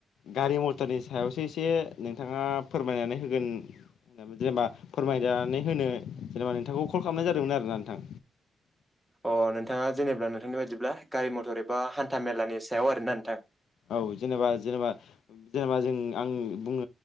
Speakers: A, on the left; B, in the centre.
A: गारि मटरनि सायावसो एसे नोंथाङा फोरमायनानै होगोन जेनेबा फोरमायनानै होनो जेनेबा नोंथांखौ कल खालामनाय जादोंमोन आरोना नोंथां।
B: अ नोंथाङा जेनेब्ला नोंथांनि बायदिब्ला गारि मथर एबा हान्था मेलानि सायाव आरोना नोंथां।
A: औ जेनेबा जेनेबा‌ जेनेबा जों आं बुङो